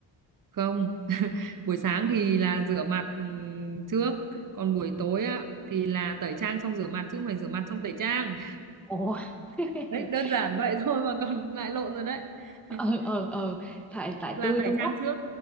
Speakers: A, on the right; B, in the centre.
A: không buổi sáng thì là rửa mặt ừm, trước còn buổi
B: ừ.
A: tối á thì là tẩy trang xong rửa mặt chứ không phải rửa mặt xong tẩy trang
B: Ủa <laughs>
A: <laughs> đấy đơn giản vậy thôi mà còn <laughs> lại lộn rồi đấy
B: ờ
A: <laughs>
B: ờ ờ tại tại
A: là
B: tôi
A: tẩy
B: tôi
A: trang
B: ngốc
A: trước